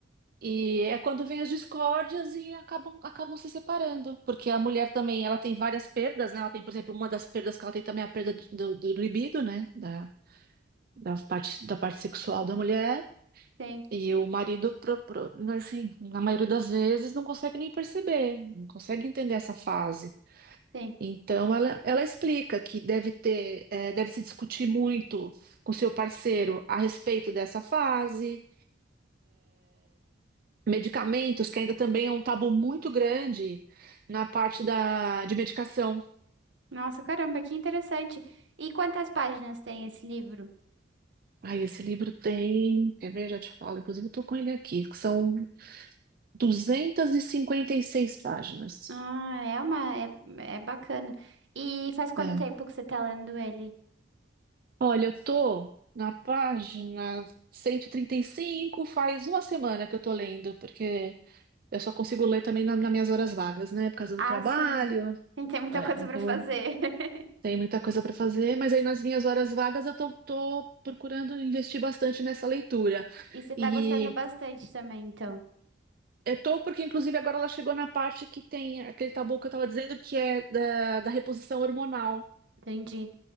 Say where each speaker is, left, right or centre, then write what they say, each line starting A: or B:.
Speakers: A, on the right (about 50°); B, on the right (about 70°).
A: e é quando vem as discórdias e acabam, acabam se separando, porque a mulher também ela tem várias perdas, né? Ela tem, por exemplo, uma das perdas que ela tem também é a perda de- do, do libido, né? Da, da parte, da parte sexual da mulher.
B: sim,
A: E o marido, pro- pro- assim, na maioria das vezes, não consegue nem perceber, não consegue entender essa fase.
B: sim.
A: Então, ela, ela explica que deve ter, eh, deve se discutir muito com seu parceiro a respeito dessa fase, medicamentos, que ainda também é um tabu muito grande na parte da, de medicação.
B: Nossa, caramba, que interessante. E quantas páginas tem esse livro?
A: Aí, esse livro tem, quer ver, já te falo, inclusive eu estou com ele aqui, que são 256 páginas.
B: Ah, é uma, é, é bacana. E faz quanto
A: É.
B: tempo que você tá lendo ele?
A: Olha, eu tô na página 135, faz uma semana que eu tô lendo, porque Eu só consigo ler também na- nas minhas horas vagas, né? Por causa do
B: Ah,
A: trabalho.
B: sim. Tem, tem muita
A: É,
B: coisa
A: então
B: pra fazer.
A: eu não
B: <laughs>
A: tenho muita coisa para fazer, mas aí nas minhas horas vagas eu tô, tô procurando investir bastante nessa leitura.
B: E você tá
A: E
B: gostando bastante também, então.
A: eu tô porque, inclusive, agora ela chegou na parte que tem aquele tabu que eu estava dizendo que é da, da reposição hormonal,
B: Entendi.